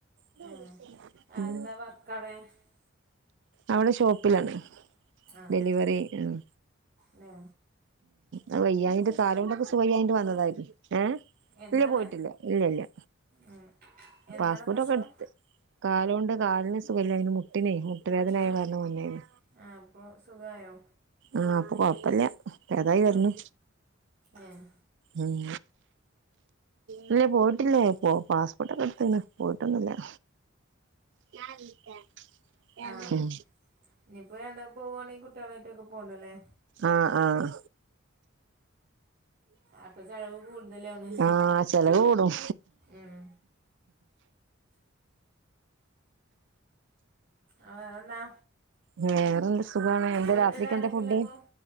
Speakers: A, on the right; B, on the right.
A: <unintelligible>
B: ആഹ് ആ
A: ഉം.
B: എന്താ <unintelligible>
A: അവ്ട ഷോപ്പിലാണ്.
B: ആഹ്,
A: ഡെലിവറി ഉം
B: ന്നെ
A: അഅ് വയ്യാഞ്ഞിട്ട് കാലോണ്ടൊക്കെ സുവയ്യാഞ്ഞിട്ട് വന്നതായിര്ന്നു. ഏഹ്
B: എന്താണ്
A: ഇല്ല്യ പോയിട്ടില്ല്യ. ഇല്ല്യ, ഇല്ല്യ
B: ഉം എന്താണ്
A: പാസ്പോട്ടൊക്കെ
B: പ്രശ്നം
A: എട്ത്ത്. കാലോണ്ട് കാൽന് സുഖല്ലായ്നു. മുട്ടിനെ മു മുട്ട് വേദനായ
B: ആഹ്
A: കാര്ണം വന്നേനി.
B: ആഹ് അപ്പൊ സുഖായോ
A: ആഹ്പ്പൊ കൊഴപ്പല്ല്യ. പേതായി വെര്ണു.
B: ആഹ് ഏഹ്
A: ഉം ഇല്ലെ പോയിട്ടില്ലേ പോ പാസ്പോർട്ടൊക്കെട്ത്ത്ണ് പോയിട്ടൊന്നുല്ല്യ. <unintelligible>
B: ആഹ്
A: ഉം.
B: ഇനിയിപ്പോ രണ്ടാളും പോവുവാണെ കുട്ട്യാളായിട്ടക്കാ പോവണ്ടല്ലേ.
A: ആഹ്, ആഹ്
B: അപ്പൊ ചെലവ് കൂടുതലാണ്
A: ആഹ് ചെലവ് കൂടും.
B: ഉം അഹ്, വേറെന്നാ?
A: വേറെന്ത് സുഖാണ്. എന്താ
B: വീട്ടിലാരൊക്കെള്ളപ്പോ
A: രാത്രിക്കെന്താ ഫുഡ്?